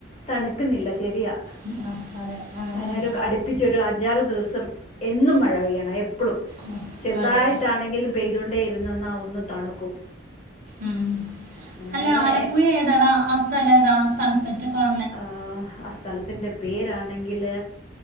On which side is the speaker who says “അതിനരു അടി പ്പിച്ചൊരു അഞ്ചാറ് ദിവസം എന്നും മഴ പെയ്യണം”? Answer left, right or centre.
Left